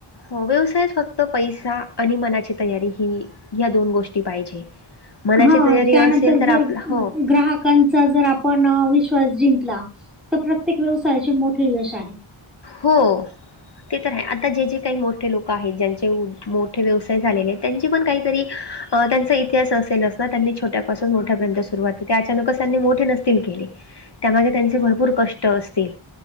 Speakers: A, on the left; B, in the centre.
A: हो व्यवसायात फक्त पैसा आणि मनाची तयारी ही या दोन गोष्टी पाहिजे मनाची
B: हा
A: तयारी
B: त्यानंतर
A: असेल तर
B: जर
A: आपला हो
B: ग्राहक कोणचा जर आपण विश्वास जिंकला तर प्रत्येक व्यवसायाचे मोठे यश आहे
A: हो ते तर आहे आता जे जे काही मोठे लोक आहेत ज्यांचे मोठे व्यवसाय झालेले आहेत त्यांची पण काहीतरी त्यांचा इतिहास असेलच ना त्यांनी छोट्यापासून मोठ्यांपर्यंत सुरुवात ते काय अचानकच त्यांनी मोठे नसतील केले
B: ह
A: त्यामागे त्यांचे भरपूर कष्ट असतील